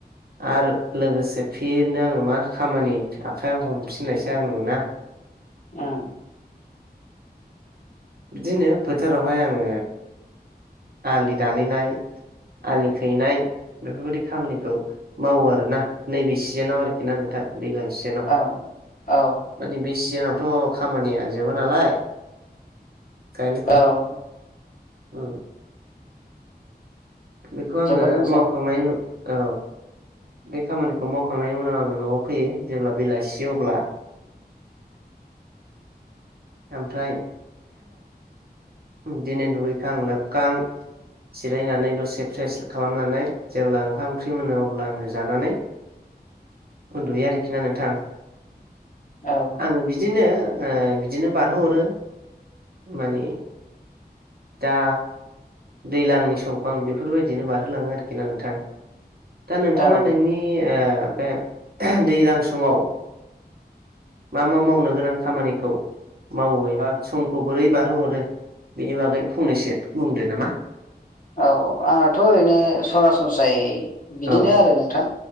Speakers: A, on the right; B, on the left.
A: आरो लोगोसे फिरनो आङो मा खामानि आखाइयाव हमफिननायसै आङो ना
B: ओम
A: बिदिनो फोथारावहाय आङो आलि दानैनाय आलि खैनाय बेफोरबायदि खामानिखौ मावो आरोना नैबे सिजोनाव आरोखि ना नोंथां। दैज्लां सिजेनाव
B: औ औ
A: माने बे सिजेनावथ' खामानिया जोबा नालाय गायनो
B: औ
A: ओम बेखौ आङो
B: जोबोद मोजां
A: मावखांनायनि औ बे खामानिखौ मावखांनायनि उनाव आङो न'आव फैयो जेब्ला बेलासि अब्ला ओमफ्राय बिदिनो दुगैखां लोबखां जिरायनानै दसे फ्रेस खालामनानै जेब्ला ओंखाम ओंख्रि मोनो अब्ला आङो जानानै
B: <unintelligible>
A: उन्दुयो आरोखि ना नोंथां
B: औ
A: आङो बिदिनो बिदिनो बारहोहरो माने दा दैलांनि समखौ आं बेफोरबायदिनो बारहोलाङो आरोखि ना नोंथां। दा नोंथाङा
B: औ
A: नोंनि ओ बे दैलां समाव मा मा मावनो गोनां खामानिखौ मावोय मा समखौ बोरै बारहोहरो बेनि बागै फंनैसो बुंदो नामा।
B: औ आंनाथ' ओरैनो सरासनस्रायै बिदिनो
A: औ
B: आरो नोंथां।